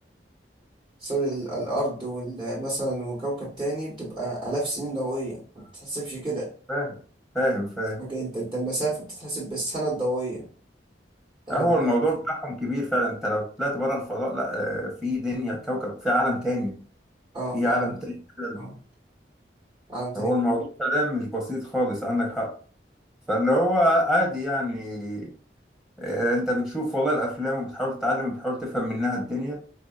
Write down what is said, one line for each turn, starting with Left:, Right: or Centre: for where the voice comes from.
Right: سوري ال- الأرض وال مثلا وكوكب تاني بتبقى آلاف سنين ضوئية ما بتتحسبش كده
Centre: فاهم فاهم فاهم
Right: لكن أنت أنت المسافة بتتحسب بالسنة الضوئية يعني
Centre: هو
Right: دلوقتي
Centre: الموضوع بتاعهم كبير فعلا انت لو طلعت بره الفضاء لا آه، في دنيا كوكب في عالم تاني
Right: أه
Centre: في
Right: في
Centre: عالم
Right: عالم تاني
Centre: تاني كده.
Right: أه في عالم تاني
Centre: فهو
Right: جدا
Centre: الموضوع فعلا مش بسيط خالص عندك حق فاللي هو عادي يعني آه، انت بتشوف والله الافلام وبتحاول تتعلم وبتحاول تفهم منها الدنيا